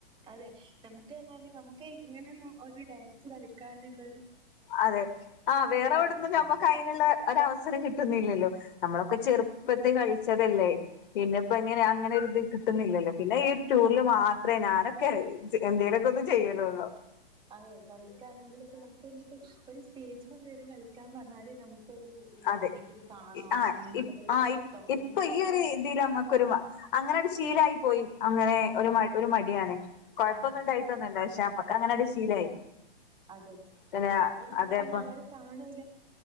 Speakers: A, on the right; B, on the left.
A: അതെ നമുക്ക് എന്നാല നമുക്ക് ഇങ്ങനെ ഒരു ഡാൻസ് കളിക്കാനുള്ള
B: അതെ ആ വേറെവിടുന്നും
A: കിട്ടാനില്ല.
B: നമ്മുക്ക് അതിനുള്ള ഒര് അവസരം കിട്ടുന്നില്ലല്ലോ നമ്മളൊക്കെ ചെറുപ്പ ചെറുപ്പത്ത് കളിച്ചതല്ലേ പിന്നെ ഇപ്പ എങ്ങനെ അങ്ങനെ ഒരു ഇത് കിട്ടുന്നില്ലല്ലോ പിന്നെ ഈ ഒരു
A: ആഹ്
B: ടൂറിൽ മാത്രമേ ഞാനൊക്കെ എന്തേലൊക്കെ ഒന്ന് ചെയ്യലള്ളൂ
A: അതെ കളിക്കാണെങ്കിലൊക്കെ നമുക്ക് ഇങ്ങട്ട് ഒരു സ്റ്റേജ്മേ കയറി കളിക്കാൻ പറഞ്ഞാല് നമുക്ക് ഒരു
B: അതെ
A: ആരെങ്കിലും കാണോ
B: ആഹ്
A: അങ്ങനത്തെക്കെ ഒരു
B: ആഹ്
A: തോന്നല്
B: ഇപ്പൊ
A: വരാണ്
B: ഈ ഒരു ഇതിൽ നമ്മുക്കൊരു അങ്ങനെ ഒരു ശീലമായിട്ട് പോയി അങ്ങനെ ഒരു മ ഒരു മടിയാണ് കുഴപ്പമൊന്നും
A: ആഹ്
B: ഉണ്ടായിട്ടൊന്നല്ല പക്ഷ അങ്ങനെ അ ഒരു ശീലായി
A: അതെ
B: പിന്നെ
A: അപ്പൊ ഇവിടെ ആവുമ്പോ
B: അതേപ്പ
A: പിന്നെ ആരും കാണില്ല